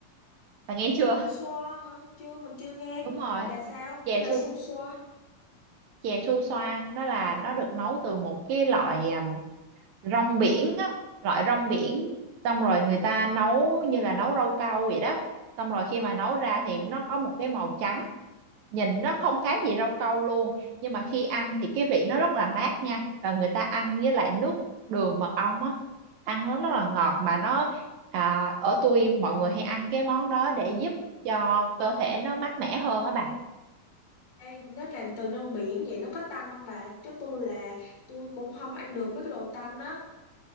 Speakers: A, on the right; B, on the left.
A: bà nghe
B: Su
A: chưa
B: xoa hả? Chưa mình chưa nghe.
A: <laughs> đúng rồi
B: Là sao?
A: chè
B: Thế là
A: su
B: su xoa.
A: chè su xoa nó là nó được nấu từ một cái loại à, rong biển á loại rong biển xong rồi người ta nấu như là nấu rau câu vậy đó xong rồi khi mà nấu ra thì nó có một cái màu trắng nhìn nó không
B: Ừ.
A: khác gì rau câu luôn nhưng mà khi ăn
B: ừ.
A: thì cái vị nó rất là mát nha và người ta ăn với lại nước đường mật ong á ăn nó rất là ngọt mà nó à, ở tôi mọi người hay ăn cái món đó để giúp cho cơ thể nó mát mẻ hơn á bà
B: Ê, nó làm từ rong biển vậy nó có tanh không bà? Chứ tôi là tôi cũng không ăn được mấy cái đồ tanh á.